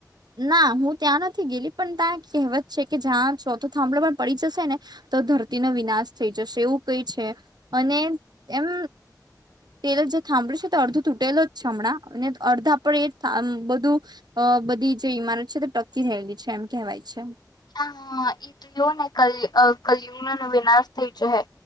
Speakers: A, on the right; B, on the left.
A: ના હું ત્યાં નથી ગેલી પણ ત્યાં કહેવત છે કે જ્યાં ચોથો થાંભલો પણ પડી જશે ને તો ધરતીનો વિનાશ થઈ જશે એવું કઈ છે અને એમ તે થંભળ્યું છે તો અર્ધ તૂટેલો જમણાં અને અર્ધ આપડે એ બધું બધી તે ઈમારત છે તો ટકી રહેયલી છે એમ કહેવાય છે
B: અચ્ હ એ તું એવ ને કલ કલયુ ન વિનાશ થઈ